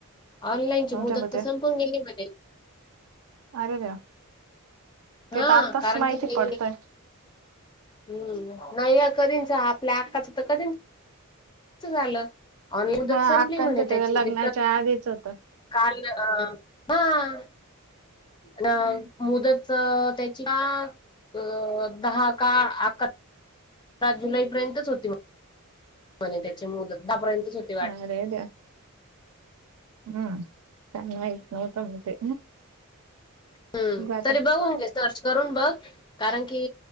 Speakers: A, on the left (about 20°); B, on the right (about 75°).
A: ऑनलाईनची
B: तुमच्या
A: मुदत
B: मते
A: तर संपून गेली मधे.
B: अरे देवा ते
A: हा
B: तर आत्ताच
A: कारण
B: माहिती
A: कि ते
B: पडतंय
A: हम्म नाही कधीच आपल्या आक्काचं तर कधी च झालं आणि मुदत
B: हा
A: संपली
B: अक्कांचं
A: म्हणे त्याची
B: लग्नाच्या
A: ते
B: आधीच होत
A: काल अ हा. ना मुदतच त्याच्या अ दहा का अकरा जुलैपर्यंतच होती म. म्हणे त्याची मुदत दहा पर्यंतच होती. वाट
B: अरे देवा. हम्म चांगला आहे तोवर जमतय.
A: हम्म
B: आता
A: तरी बघून घे. सर्च करून बघ, कारण की